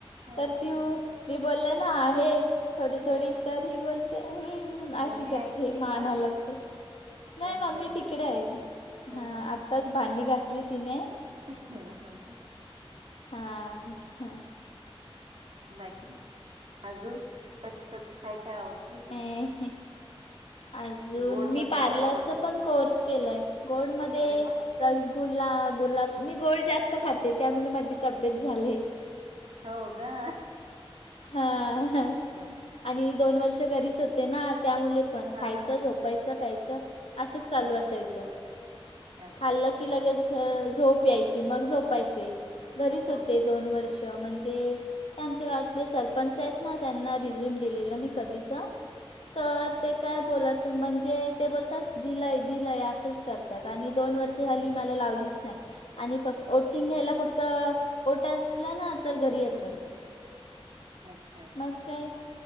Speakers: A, on the right; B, on the left.
A: हं
B: तर ती
A: हं
B: मी बोलल ना आहे थोडी थोडी
A: हं हं. हं.
B: तर ही बोलते. हम् अशी
A: मम्मी
B: करते
A: ऐकते
B: मान
A: का?
B: हालवती आहे. नाही
A: अच्छा
B: मम्मी
A: अच्छा.
B: तिकडे आहे
A: हं
B: हा आत्ताच भांडी घासली तिने
A: हा हा हा.
B: हा हा.
A: बाकी अजून कशात काय काय आवडत अजून
B: ह हा. अजून
A: गोड
B: मी
A: मध्ये
B: पार्लरचा
A: काय आवडतं?
B: पण कोर्स केलाय गोड मध्ये
A: अरे वा
B: रसगुल्ला गुलाब मी गोड जास्त खाते त्यामुळे माझी तब्येत झाली आहे.
A: हो का?
B: हा
A: अच्छा अच्छा.
B: आणि दोन वर्ष घरीच होते ना त्या मुळे पण
A: हा
B: खायच
A: हा हा.
B: झोपायच. झोपायच प्यायच असच चालू
A: हा
B: असायच
A: हा. अच्छा
B: खाल
A: अच्छा.
B: की लगेच झोप यायची मग झोपायची घरीच होते
A: हा हा
B: दोन
A: हा.
B: वर्षे म्हणजे त्यांच्यात आपले सरपंच आहेत ना त्यांना रिझ्यूम दिलेलं मी कधीचं
A: अच्छा
B: तर
A: अच्छा.
B: ते काय बोलत. म्हणजे ते बोलतात दिलय दिलय असंच करतात. आणि दोन वर्ष
A: हं,
B: झाली
A: हं, हं,
B: मला लावलीच नाही आणि फक्त
A: हं,
B: ओटिंग
A: हं,
B: घ्यायला फक्त ओट असला ना तर घरी येतात.
A: हं, हं, हं. अच्छा अच्छा
B: मग काय